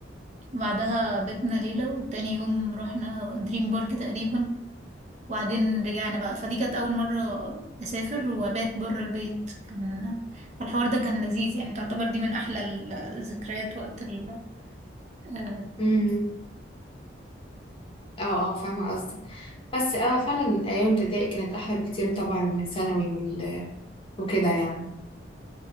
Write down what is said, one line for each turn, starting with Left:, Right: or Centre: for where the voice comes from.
Right: وبعدها بيتنا ليلة وتاني يوم رحنا دريم بارك تقريبا وبعدين رجعنا بقى فدي كانت أول مرة أسافر وأبات برا البيت كان فالحوار ده كان لذيذ يعني تعتبر دي من أحلى ال- الذكريات وقت ال اه
Left: مم. اه اه فاهمة قصدك بس اه فعلا ايام ابتدائي كانت احلى بكتير طبعا من ثانوي وال... وكده يعني